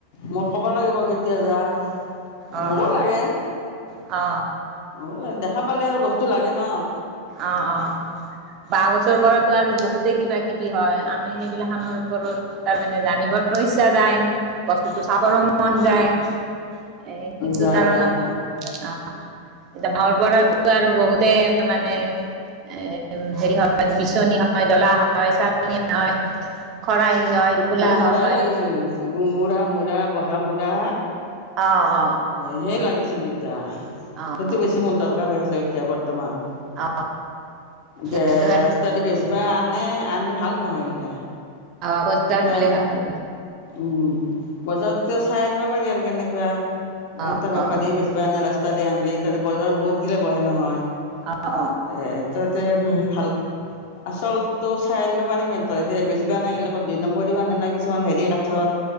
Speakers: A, on the left; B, on the right.
A: মোক ক'ব লাগিব কেতিয়া যা
B: অ
A: মোকো
B: অ
A: লাগে।
B: অ।
A: অ' ল, দেখা পালে আৰু বস্তু লাগে ন।
B: অ', অ', বাঁহ বছৰ পৰাতো আৰু বহুতে কিবা কিবি হয়, আমি সেইবিলাখনৰ ওপৰত তাৰমানে জানিবলৈ ইচ্ছা যায়। বস্তুটো চাবৰো মন যায়। এ, সেইটো
A: যায়
B: কাৰণত
A: যায়
B: অ, এ, মৰ পৰাতো আৰু বহুতে মানে? এ, হেৰি হয়, বিচনী হয়, ডলা হয়, চালন হয়, খৰাহি হয় টোপোলা
A: মোৰ মূ়ৰাই
B: হয়
A: লাগিছিল মূৰা-মূৰা বহা মূৰা।
B: অ অ
A: এ, সেই লাগিছিল দুটা
B: অ
A: সেইটো বেছি মোৰ দৰকাৰ হৈ আছে, এতিয়া বৰ বৰ্তমান
B: অ
A: যে
B: সেইটো
A: ৰাস্তা দি বেছবা আন মানে আন ভাল নহয় এইগিলা।
B: অ, বজাৰ
A: কিবা
B: গেলে ভাল।
A: উম, বজাৰতকেও চাই আনবা পাৰি আৰ কেনেকুৱা?
B: অ',
A: এটা বেপাৰী
B: অ', অ',
A: বেচবা আনে ৰাস্তা দি আনিলি এতিয়াতো বজাৰত বহুতগিলা বহে নহয়।
B: অ', অ',
A: এ, তহতে ভাল আচলতো চাই আনিব পাৰিমে তই এতিয়া বেছিবা অনাগিলা অ, দুই নম্বৰিও আনে না কিছুমান হেৰি কাঠৰ